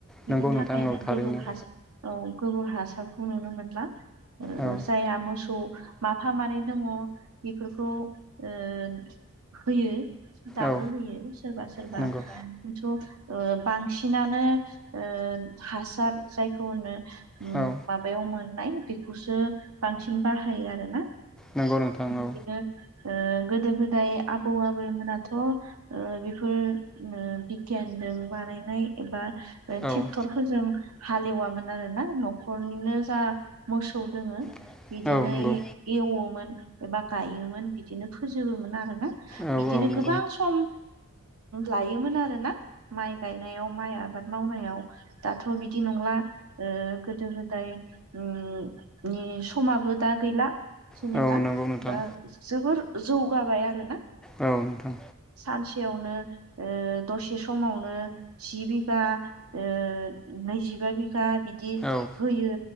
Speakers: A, on the right; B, in the centre.
A: बिनि
B: नंगौ
A: थाखायनो
B: नोंथां औ थारैनो
A: गोबोर हासार औ गोबोर हासारखौ नुनो मोनला
B: औ
A: जायहा मोसौ माफा मानै दङ बेफोरखौ ओ होयो। दाबो
B: औ
A: होयो सोरबा सोरबा
B: नंगौ
A: खिन्थु ओ बांसिनानो ओ हासार जायखौ होनो
B: औ
A: माबायाव मोननाय बेखौसो बांसिन बाहायो आरोना
B: नंगौ नोंथां
A: बिदिनो
B: औ
A: ओ गोदो गोदाय आबौ आबैमोनाथ' बेफोर ओ बिगियानजों बानायनाय एबा ट्रेक्टरफोरजों
B: औ
A: हालेवामोन आरो ना न'खर खरनिनो जा मोसौ दोङो
B: बेजोंनो
A: बिजोंनो एवोमोन एबा गायोमोन बिदिनो फोजोबोमोन आरो ना।
B: आरोना
A: बिदिनो गोबां सम लायोमोन आरोना माइ गायनायाव माइ आबाद माव नायाव दाथ' बिदि नंला ओ गोदो गोदाय उम। नि समाबो दा गैला जेनेबा
B: औ नंगौ नोंथां
A: दा जोबोर जौगाबाय आरोना।
B: औ नोंथां
A: सानसेयावनो दसे ओ समावनो जि बिघा बा नैजिबा बिघा बिदि
B: औ
A: होयो